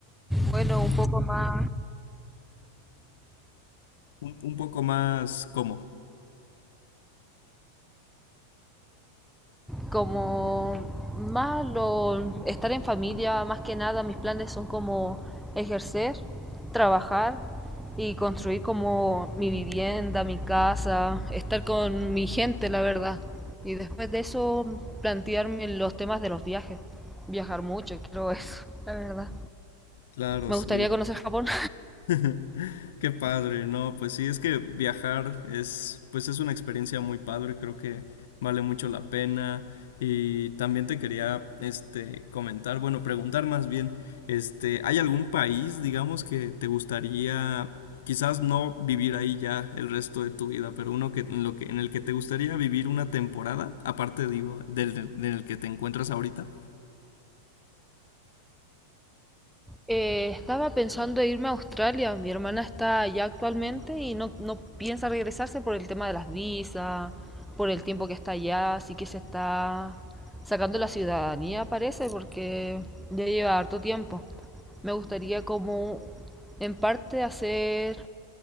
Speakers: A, in the centre; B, on the left (about 55°).
A: bueno, un poco más
B: un, un poco más, ¿cómo?
A: como más lo- estar en familia, más que nada mis planes son como ejercer, trabajar y construir como mi vivienda, mi casa, estar con mi gente, la verdad. Y después de eso plantearme los temas de los viajes. Viajar mucho, creo eso, la verdad.
B: Claro,
A: Me
B: sí.
A: gustaría conocer Japón.
B: <laughs> Qué padre, ¿no? Pues sí, es que viajar es, pues es una experiencia muy padre, creo que vale mucho la pena. Y también te quería, este, comentar, bueno, preguntar más bien, este, ¿hay algún país, digamos, que te gustaría, quizás no vivir ahí ya el resto de tu vida, pero uno que, en lo que, en el que te gustaría vivir una temporada, aparte, digo, del, del, del que te encuentras ahorita?
A: Eh, estaba pensando en irme a Australia. Mi hermana está allá actualmente y no, no piensa regresarse por el tema de las visas, por el tiempo que está allá, así que se está sacando la ciudadanía, parece, porque ya lleva harto tiempo. Me gustaría como en parte hacer